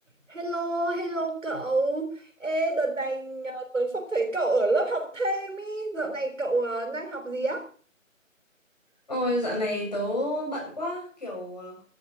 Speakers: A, on the right (about 65°); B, on the left (about 30°).
A: Hello, hello cậu. Ê, đợt này ờ, tớ không thấy cậu ở lớp học thêm ý. Dạo này cậu ờ, đang học gì á?
B: Ôi dạo này tớ bận quá kiểu ờ,